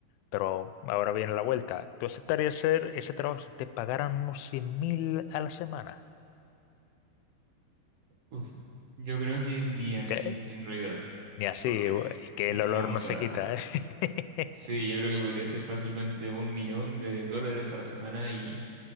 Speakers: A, on the left; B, on the right.
A: Pero ahora viene la vuelta. ¿Tú aceptarías hacer ese trabajo si te pagaran unos 100 mil a la semana?
B: Uf. Yo creo que ni así,
A: ¿Qué?
B: en realidad,
A: Ni así,
B: porque
A: güey,
B: pf,
A: que
B: no,
A: el olor no
B: o sea,
A: se quita, ¿eh? <laughs>
B: sí, yo creo que podría ser fácilmente un millón de dólares a la semana y,